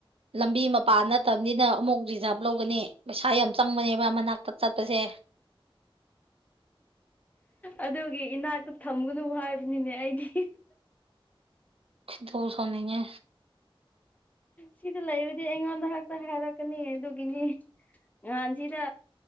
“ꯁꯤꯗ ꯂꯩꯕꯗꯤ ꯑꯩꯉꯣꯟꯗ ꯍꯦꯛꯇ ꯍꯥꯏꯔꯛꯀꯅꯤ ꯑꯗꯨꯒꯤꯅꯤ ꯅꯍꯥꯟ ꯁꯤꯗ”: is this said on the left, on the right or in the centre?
Left